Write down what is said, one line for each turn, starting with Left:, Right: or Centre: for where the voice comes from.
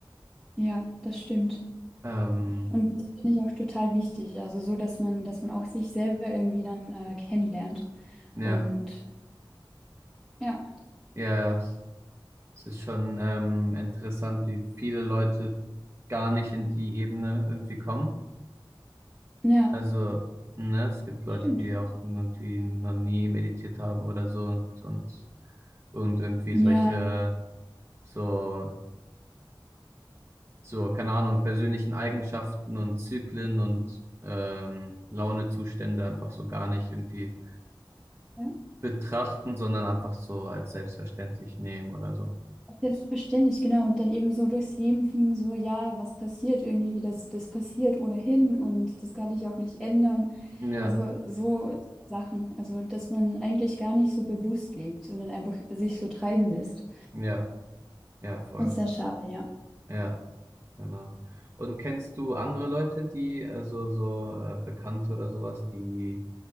Centre: ja, das stimmt.
Right: Ähm,
Centre: Und das finde ich auch total wichtig. Also so, dass man, dass man auch sich selber irgendwie dann äh, kennenlernt.
Right: ja,
Centre: Und ja,
Right: ja, ja. Es es ist schon ähm, interessant, wie viele Leute gar nicht in die Ebene irgendwie kommen.
Centre: ja,
Right: Also, ne, es gibt Leute,
Centre: stimmt.
Right: die auch irgendwie noch nie meditiert haben oder so und, und, und irgendwie solche,
Centre: Ja,
Right: so, so, keine Ahnung, persönlichen Eigenschaften und Zyklen und ähm, Launezustände einfach so gar nicht irgendwie
Centre: ja.
Right: betrachten, sondern einfach so als selbstverständlich nehmen oder so.
Centre: Selbstverständlich, genau. Und dann eben so durchs Leben fliegen, so, ja, was passiert irgendwie, das, das passiert ohnehin und das kann ich auch nicht ändern.
Right: Ja,
Centre: Also so Sachen. Also, dass man eigentlich gar nicht so bewusst lebt, sondern einfach sich so treiben lässt.
Right: ja, ja, voll.
Centre: Das ist ja schade, ja.
Right: Ja, genau. Und kennst du andere Leute, die, also so äh, Bekannte oder sowas, die